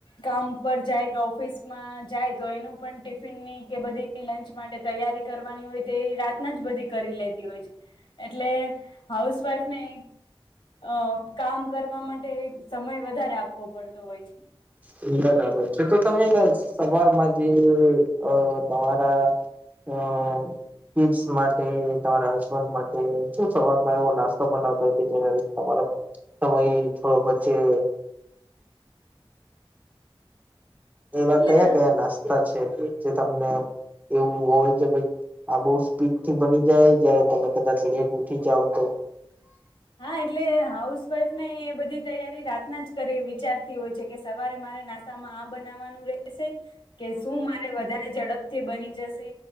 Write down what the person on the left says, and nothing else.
કામ પર જાય તો ઓફિસમાં જાય તો એનું પણ ટિફિન ની કે બધી લંચ માટે તૈયારી કરવાની હોય. તે એ રાતના જ બધી કરી લેતી હોય છે. એટલે હાઉસવાઈફ ને અ કામ કરવા માટે સમય વધારે આપવો પડતો હોય છે.
એટલે
હા એટલે હાઉસવાઈફ ને એ બધી તૈયારી રાતના જ કરી વિચારતી હોય છે. કે સવારે મારે નાસ્તામાં આ બનાવવાનું રહેશે કે શું મારે વધારે ઝડપથી બની જશે.